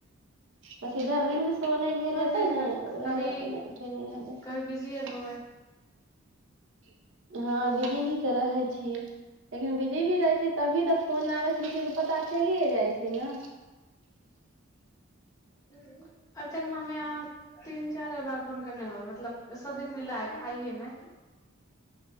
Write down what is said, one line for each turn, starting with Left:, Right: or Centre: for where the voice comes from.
Right: पी धर्रमे से नहि भेल
Left: हो
Right: हेतै
Left: सकै
Right: ने।
Left: छै
Right: उहे
Left: कभी
Right: लेल नहि उठा सकलियै हएत।
Left: कभी बिजी आर होबै
Right: हँ, बिजीओ तऽ रहै छीयै। लेकिन बिजीओ रहै छी। तखने तऽ फोन आबै छै। ककरो की पता चलि जाए। छै ने
Left: अभी तऽ अहाँ तीन-चारि बेर फोन कयने छी। होइ। मतलब सभ दिन मिलै छै। आइए ने